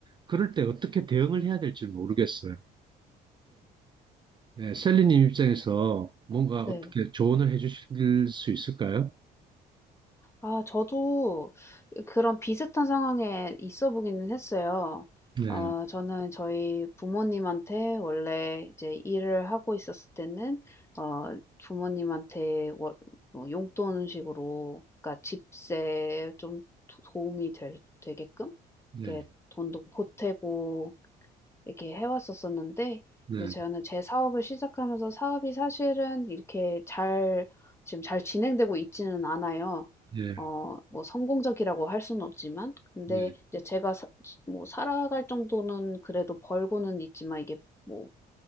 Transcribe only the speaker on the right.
그럴 때 어떻게 대응을 해야 될지 모르겠어요. 네, 셀리님 입장에서 뭔가 어떻게
조언을 해주실 수 있을까요?
네,
네,
네,
네,
네,